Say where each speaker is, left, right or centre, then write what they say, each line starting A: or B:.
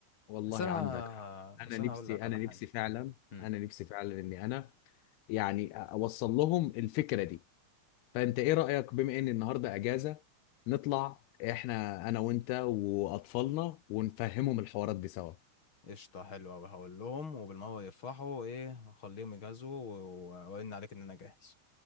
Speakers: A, on the left; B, on the left.
A: والله
B: بس انا
A: عندك حق
B: بس
A: انا نفسي
B: انا هقول لك
A: انا
B: على حاجه
A: نفسي فعلا
B: امم
A: انا نفسي فعلا اني انا يعني اوصل لهم الفكرة دي فانت ايه رأيك بما ان النهاردة اجازة نطلع احنا انا وانت واطفالنا ونفهمهم الحوارات دي سوا
B: قشطه حلوه قوي هقول لهم وبالمره يفرحوا ايه هخليهم يجهزوا و- واقول عليك ان انا جاهز